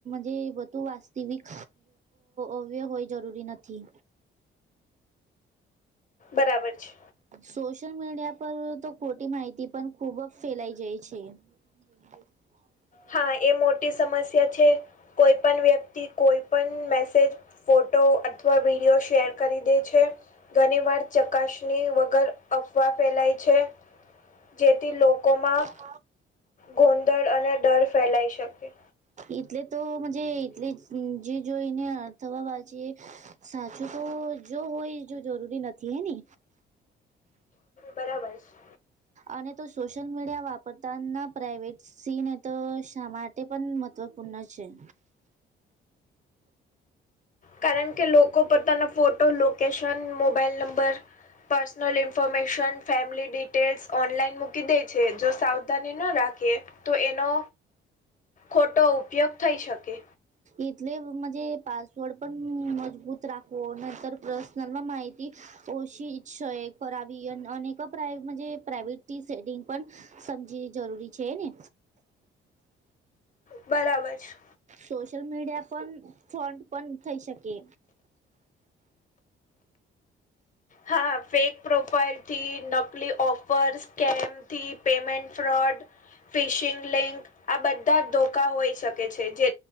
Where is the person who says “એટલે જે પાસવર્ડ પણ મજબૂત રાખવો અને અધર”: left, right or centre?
Right